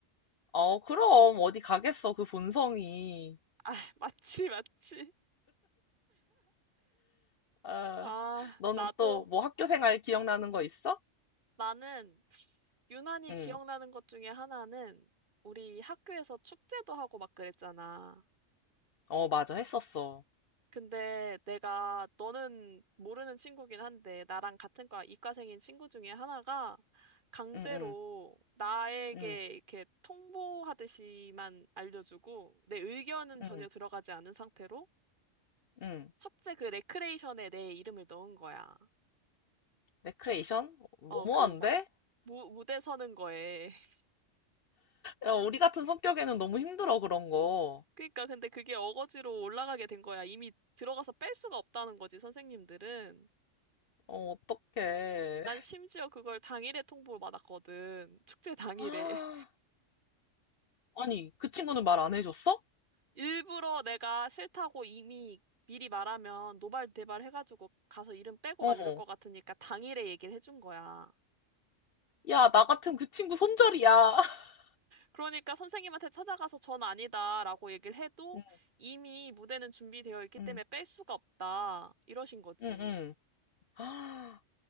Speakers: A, on the left; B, on the right.
A: 어, 그럼 어디 가겠어, 그 본성이.
B: 아, 맞지, 맞지.
A: 아,
B: 아,
A: 너는
B: 나도,
A: 또 뭐 학교 생활 기억나는 거 있어?
B: 나는 유난히
A: 응.
B: 기억나는 것 중에 하나는 우리 학교에서 축제도 하고 막 그랬잖아.
A: 어, 맞아. 했었어.
B: 근데 내가 너는 모르는 친구긴 한데 나랑 같은 과 이과생인 친구 중에 하나가 강제로
A: 응, 응,
B: 나에게
A: 응,
B: 이렇게 통보하듯이만 알려주고 내 의견은
A: 응,
B: 전혀 들어가지 않은 상태로
A: 응.
B: 숙제 그 레크레이션에 내 이름을 넣은 거야.
A: 레크레이션? 너무한데?
B: 어, 그 막 무, 무대 서는 거에. <laughs>
A: 야, 우리 같은 성격에는 너무 힘들어, 그런 거.
B: 그러니까 근데 그게 어거지로 올라가게 된 거야. 이미 들어가서 뺄 수가 없다는 거지, 선생님들은.
A: 어, 어떡해.
B: 난 심지어 그걸 당일에 통보를 받았거든. 축제 당일에.
A: <laughs> 아니, 그 친구는 말 안 해줬어?
B: 일부러 내가 싫다고 이미 미리 말하면 노발대발 해가지고 가서 이름 빼고
A: 어.
B: 막 이럴 것 같으니까 당일에 얘기를 해준 거야.
A: 야, 나 같으면 그 친구 손절이야. <laughs>
B: 그러니까 선생님한테 찾아가서 전 아니다라고 얘기를 해도
A: 응,
B: 이미 무대는 준비되어 있기
A: 응,
B: 때문에 뺄 수가 없다. 이러신 거지.
A: 응, 응. <gasps> 아,